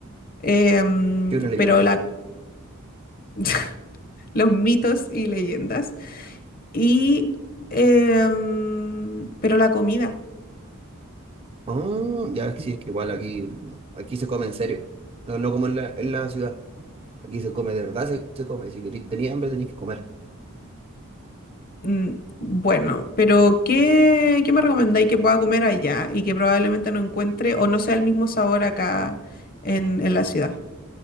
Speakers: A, on the left (about 40°); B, on the right (about 25°).
A: eh, mm,
B: que una leyenda.
A: pero la, <laughs> los mitos y leyendas, y, eh, mm, pero la comida.
B: ah ya, sí, es que igual aquí, aquí se come en serio, no, no como en la, en la ciudad. Aquí se come de verdad, se, se come. Si queréis, tenía hambre, tenéis que comer.
A: mm, Bueno, pero ¿qué, qué me recomendáis que pueda comer allá y que probablemente no encuentre o no sea el mismo sabor acá en, en la ciudad?